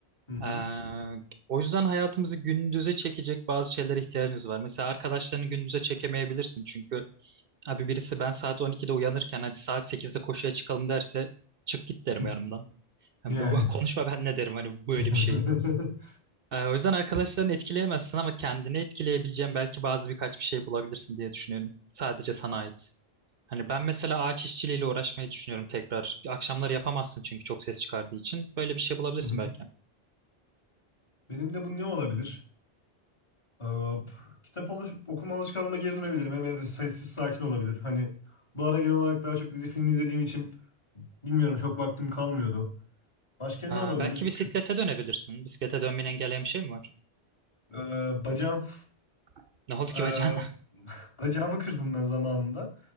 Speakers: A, on the left; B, on the right.
A: Hı hı.
B: Eee, o yüzden hayatımızı gündüze çekecek bazı şeylere ihtiyacımız var. Mesela arkadaşlarını gündüze çekemeyebilirsin çünkü abi birisi ben saat 12'de uyanırken hadi saat 8'de koşuya çıkalım derse çık git derim
A: Hı.
B: yanımdan. Yani
A: Yani.
B: bu- bu- konuşma ben ne derim hani böyle
A: <laughs>
B: bir şey. Eee, o yüzden arkadaşlarını etkileyemezsin ama kendini etkileyebileceğin belki bazı birkaç bir şey bulabilirsin diye düşünüyorum. Sadece sana ait. Hani ben mesela ağaç işçiliğiyle uğraşmayı düşünüyorum tekrar. Akşamları yapamazsın çünkü çok ses çıkardığı için. Böyle bir şey bulabilirsin
A: Hı hı.
B: belki.
A: Benim de bu ne olabilir? Hop. Kitap oluş- okuma alışkanlığıma geri dönebilirim. Hem evde sessiz sakin olabilir. Hani bu ara genel olarak daha çok dizi film izlediğim için bilmiyorum çok vaktim kalmıyordu. Başka ne
B: Aa,
A: olabilir?
B: belki bisiklete
A: Küp,
B: dönebilirsin. Bisiklete dönmeni engelleyen bir şey mi var?
A: eee, bacağım,
B: <laughs> Ne oldu ki
A: eee,
B: bacağına?
A: bacağımı kırdım ben zamanında.